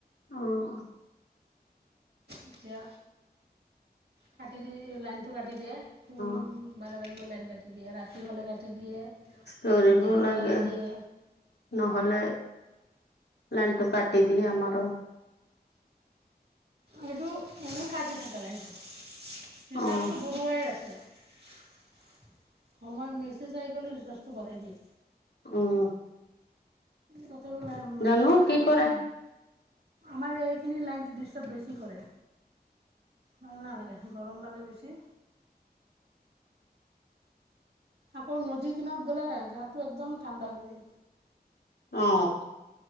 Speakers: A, on the left; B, on the right.
A: অ অ
B: আছা কাটি দি লাই টো কাটি দিয়ে
A: অ
B: বাৰে বাৰে গৈ লাইন কাটি দিয়ে ৰাতি হ'লে কাটি দিয়ে
A: দৌৰিব
B: দিনত
A: লাগে
B: কাটি দিয়ে
A: নহ'লে। লণ্টু কাটি দিয়ে আমাৰ।
B: এইটো এনেই কাটি থাক লনটো
A: অ',
B: হচাপটো বৰুৱাই আছে সময় ম গ'লে বিশ্বটোঢ়াই দিয়ে
A: আহ
B: তথাপিও লাই মানে
A: জানো
B: লাইনটো
A: কি কৰে।
B: আমাৰ এই এইখিনি লাইন ডিাৰ বেছি কৰে ভাল নালাগে গৰম লাগে বেছি। আকৌ নদীৰ কিনত গ'লে গাটো একদম ঠাণ্ডা হৈ যায়।
A: অ'।